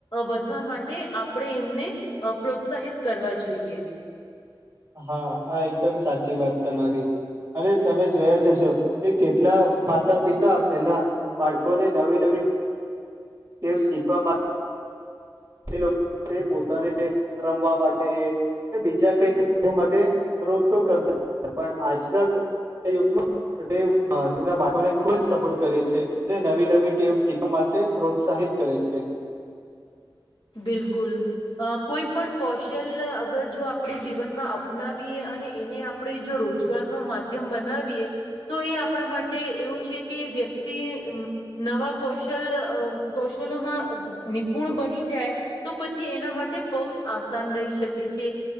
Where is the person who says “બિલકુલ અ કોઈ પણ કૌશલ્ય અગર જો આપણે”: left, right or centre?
Left